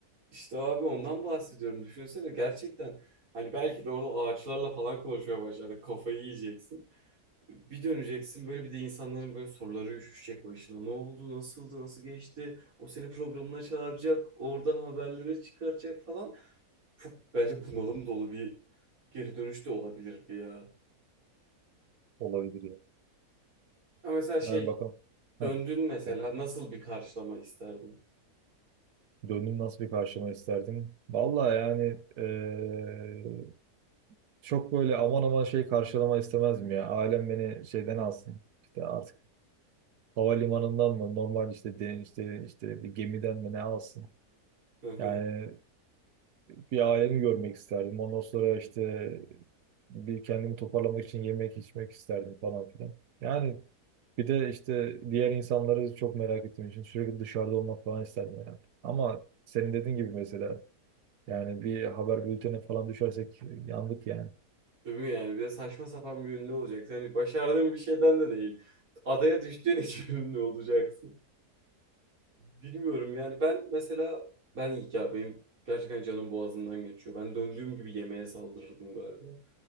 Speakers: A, on the right; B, on the right.
A: İşte abi ondan bahsediyorum. Düşünsene gerçekten hani belki de orada ağaçlarla falan konuşmaya başladık. Kafayı yiyeceksin. Bir döneceksin böyle bir de insanların böyle soruları üşüşecek başına. Ne oldu, nasıldı, nasıl geçti? O seni programına çağıracak, oradan haberleri çıkaracak falan. Çok bence bunalım dolu bir geri dönüş de olabilirdi ya.
B: olabilir yani.
A: Ama mesela şey
B: Yani bakalım. Heh,
A: döndün mesela
B: güzel.
A: nasıl bir karşılama isterdin?
B: Döndüm nasıl bir karşılama isterdim? Vallahi yani eee, çok böyle aman aman şey karşılama istemezdim ya. Ailem beni şeyden alsın. İşte artık havalimanından mı normal işte de, işte işte bir gemiden mi ne alsın?
A: <laughs>
B: Yani bir ailemi görmek isterdim. Ondan sonra işte bir kendimi toparlamak için yemek içmek isterdim falan filan. Yani bir de işte diğer insanları çok merak ettiğim için sürekli dışarıda olmak falan isterdim yani. Ama senin dediğin gibi mesela yani bir haber bültenine falan düşersek yandık yani.
A: Değil mi yani? Bir de saçma sapan bir ünlü olacaksın. Hani başardığın bir şeyden de değil. Adaya düştüğün için <laughs> ünlü olacaksın. Bilmiyorum yani ben mesela ben ya benim gerçekten canım boğazımdan geçiyor. Ben döndüğüm gibi yemeğe saldırırdım galiba.